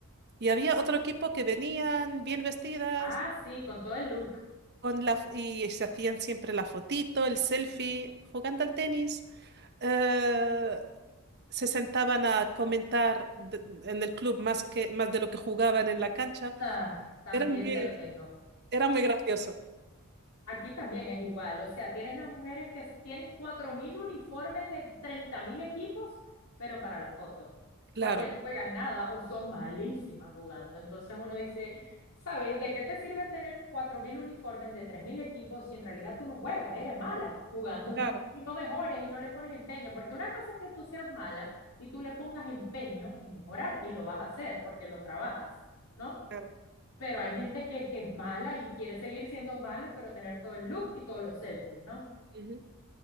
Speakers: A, on the right (about 50°); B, on the left (about 75°).
A: Y había otro equipo que venían bien vestidas
B: Ah, sí, con todo el look.
A: Con la, f- y se hacían siempre la fotito, el selfie, jugando al tenis. Eh, se sentaban a comentar de- en el club más que, más de lo que jugaban en la cancha.
B: Ah, también
A: Era muy,
B: te lo tengo.
A: era muy gracioso.
B: Aquí también es igual, o sea, tienes las mujeres que tienen 4.000 uniformes de 30.000 equipos, pero para la foto,
A: Claro,
B: porque no juegan nada o son malísimas jugando. Entonces uno dice, ¿sabes? ¿De qué te sirve tener 4.000 uniformes de 3.000 equipos si en realidad tú no juegas, eres mala jugando
A: claro,
B: <laughs> y no mejores y no le pones empeño? Porque una cosa es que tú seas mala y tú le pongas empeño en mejorar y lo vas a hacer porque lo trabajas, ¿no?
A: claro.
B: Pero hay gente que, que es mala y quiere seguir siendo mala, pero tener todo el look y todos los selfies, ¿no?
A: Ujú.